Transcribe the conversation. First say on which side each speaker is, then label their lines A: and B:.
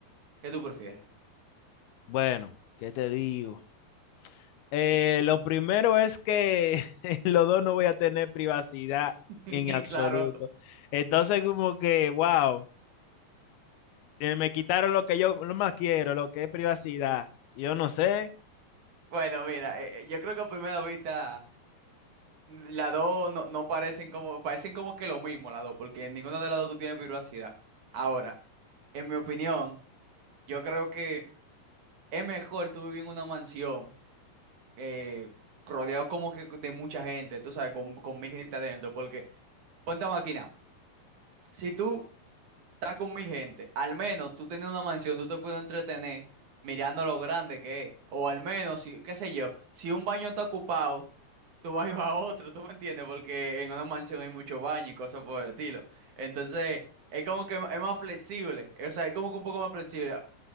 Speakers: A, on the right; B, on the left.
A: ¿Qué tú prefieres?
B: bueno, ¿qué te digo? Eh, lo primero es que <laughs> los dos no voy a tener privacidad
A: <laughs>
B: en
A: Y
B: absoluto.
A: claro,
B: Entonces, como que, wow. eh, me quitaron lo que yo lo más quiero, lo que es privacidad. Yo no sé.
A: bueno, mira, eh, eh, yo creo que a primera vista las dos no, no parecen como, parecen como que lo mismo las dos, porque en ninguna de las dos tú tienes privacidad. Ahora, en mi opinión, yo creo que es mejor tú vivir en una mansión eh, rodeado como que de mucha gente, tú sabes, con, con mil gente adentro, porque Ponte a máquina. Si tú estás con mil gente, al menos tú tienes una mansión, tú te puedes entretener mirando lo grande que es. O al menos, si, qué sé yo, si un baño está ocupado, tú vas y vas a otro, ¿tú me entiendes? Porque en una mansión hay mucho baño y cosas por el estilo. Entonces, es como que es más flexible. O sea, es como que un poco más flexible.